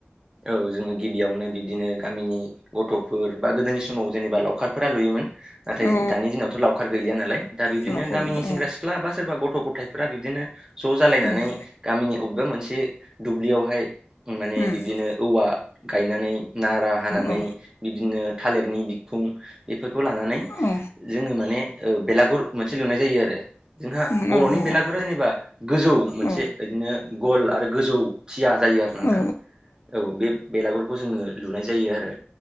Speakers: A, on the right; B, on the left.
A: औ जोङो गिबियावनो बिब्दिनो गामिनि गथ'फोर बा गोदोनि समाव जेनेबा लावखार -फोर लुयोमोन। नाथाय
B: औ
A: दानि दिनावथ' लावखार गैलिया नालाय दा बिबदिनो
B: औ लावखार
A: गामिनि
B: गैला
A: सेंग्रा-सिख्ला,
B: औ
A: सिख्ला बा, सोरबा गथ' गथायफोरा बिदिनो ज' जालायनानै,
B: उम
A: गामिनि अबेबा मोनसे दुब्लियावहाय, ओम माने
B: उम
A: बिबदिनो औवा गायनानै, नारा हानानै,
B: औ
A: बिदिनो थालिरनि बिखुं एफोरखौ लानानै,
B: औ
A: जोङो माने ओ बेलागुर मोनसे लुनाय जायो। आरो जोंहा
B: उम
A: बर'नि
B: औ औ
A: बेलागुरा जेनेबा, गोजौ मोनसे
B: औ
A: ओदिनो गल आरो गोजौ, थिया जायो आरो नोंथां।
B: औ
A: औ बे बेलागुरखौ जोङो लुनाय जायो आरो।